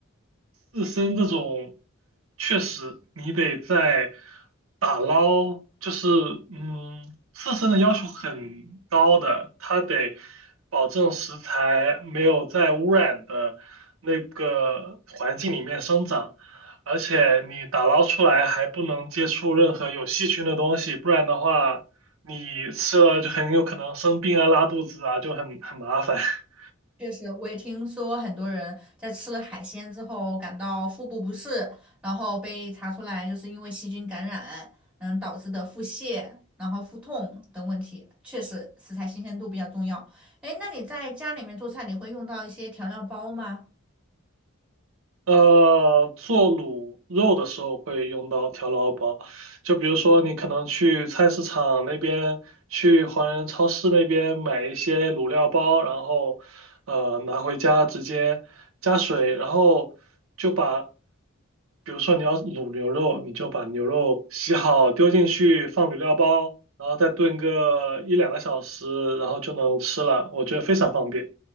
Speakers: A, on the right; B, in the centre.
A: 自身这种，确实你得在打捞，就是嗯，自身的要求很高的，它得保证食材没有在污染的那个环境里面生长，而且你打捞出来还不能接触任何有细菌的东西，不然的话，你吃了就很有可能生病啊、拉肚子啊，就很很麻烦。<laughs>
B: 确实，我也听说很多人在吃了海鲜之后感到腹部不适，然后被查出来就是因为细菌感染，嗯，导致的腹泻，然后腹痛等问题。确实，食材新鲜度比较重要。哎，那你在家里面做菜，你会用到一些调料包吗？
A: 呃，做卤肉的时候会用到调料包，就比如说你可能去菜市场那边，去华人超市那边买一些卤料包，然后呃拿回家直接加水，然后就把，比如说你要卤牛肉，你就把牛肉洗好丢进去放卤料包，然后再炖个一两个小时，然后就能吃了，我觉得非常方便。